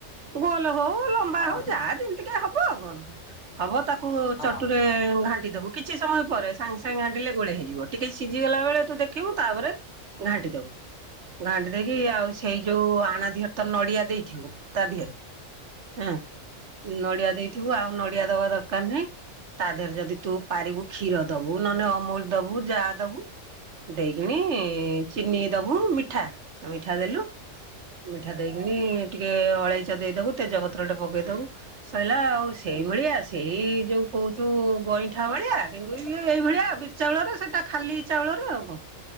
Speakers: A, on the right; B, on the left.
A: ଗୋଲ ହଉ ଲମ୍ବା
B: ଅହ
A: ହଉ ଯାହା ଯେମତିକା ହବ ଆଉ କଣ। ହବ ତାକୁ ଚଟୁରେ
B: ଅ ହଁ
A: ଘାଣ୍ଟି ଦବୁ କି କିଛି ସମୟ ପରେ ସାଙ୍ଗେ ସାଙ୍ଗେ ଘାଣ୍ଟିଲେ ଗୋଳେଇ ହେଇଯିବ ଟିକେ ସିଝିଗଲା ବେଳେ ତୁ ଦେଖିବୁ ତାପରେ ଘାଣ୍ଟି ଦବୁ। ଘାଣ୍ଟି ଦେଇକି ଆଉ ସେଇ ଯୋଉ ଆଣ ଦିହରେ ତ ନଡିଆ ଦେଇଥିବୁ ତା ଦିହରେ ହଁ ନଡିଆ ଦେଇଥିବୁ ଆଉ ନଡିଆ ଦବା ଦରକାର ନାହିଁ ତା ଦେହରେ ଯଦି ତୁ ପାରିକୁୁ କ୍ଷୀର ଦବୁ ନହେଲେ ଅମୁଲ ଦବୁ ଯାହା ଦବୁ। ଦେଇକିଣି ଚିନି ଦବୁ ମିଠା ମିଠା ଦେଲୁ ମିଠା ଦେଇକିନି ଟିକେ ଅଳେଇଚ ଦେଇଦବୁ ତେଜପତ୍ର ଟେ ପକେଇ ଦବୁ ସଇଲା ଆଉ ସେଇଭଳିଆ ସେଇ ଯୋଉ କହୁଛୁ ଗଇ ଠା ଭଳିଆ କିନ୍ତୁ ଇଏ ଏଇଭଳିଆ ବିରି ଚାଉଳରେ ସେଇଟା ଖାଲି ଚାଉଳରେ ଆଉ କଣ